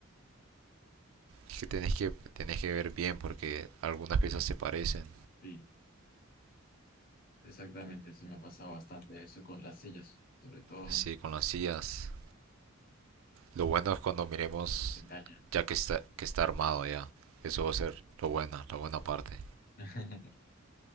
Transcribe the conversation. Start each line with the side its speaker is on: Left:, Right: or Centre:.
Right: Es que tenés que, tenés que ver bien porque algunas piezas se parecen.
Left: sí Exactamente, sí me ha pasado bastante eso con las sillas, sobre todo
Right: Sí, con las sillas. Lo bueno es cuando miremos
Left: te engañan.
Right: ya que está, que está armado ya. Eso va a ser lo bueno la buena parte.
Left: <laughs>